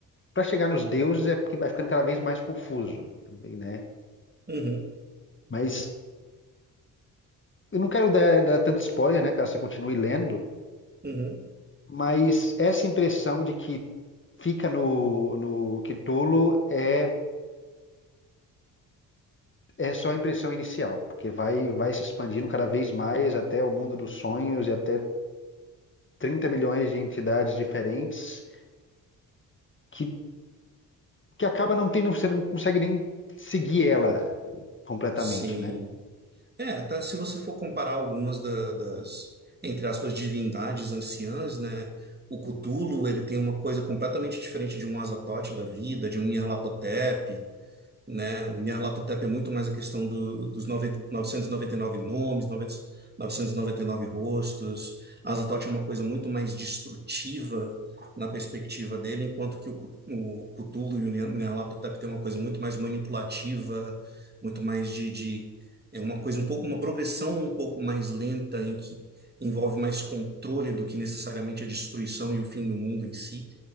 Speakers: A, on the left; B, on the right.
A: para chegar nos deuses é porque vai ficando cada vez mais confuso, né?
B: uhum,
A: Mas eu não quero dar, dar tanto spoiler, né? Caso você continue lendo.
B: uhum.
A: Mas essa impressão de que fica no, no Cthulhu é, é só a impressão inicial, porque vai, vai se expandindo cada vez mais até o mundo dos sonhos e até 30 milhões de entidades diferentes que, que acaba não tendo, você não consegue nem seguir ela completamente,
B: Sim.
A: né?
B: É, até se você for comparar algumas da- das, entre aspas, divindades anciãs, né? O Cthulhu, ele tem uma coisa completamente diferente de um Azathoth da vida, de um Nyarlathotep. né? O Nyarlathotep é muito mais a questão do, dos noventa novecentos e noventa e nove nomes, noventa novecentos e noventa e nove rostos. Azathoth é uma coisa muito mais destrutiva na perspectiva dele, enquanto que o, Cu- o Cthulhu e o Nyarlathotep tem uma coisa muito mais manipulativa, muito mais de, de é uma coisa um pouco uma progressão um pouco mais lenta em que envolve mais controle do que necessariamente a destruição e o fim do mundo em si,